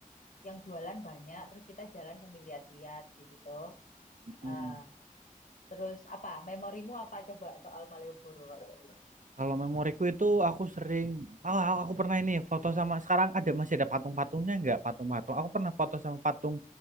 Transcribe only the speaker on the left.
yang jualan banyak terus kita jalan sambil lihat-lihat gitu toh
Ah, terus apa memorimu apa coba soal Malioboro kalau gitu?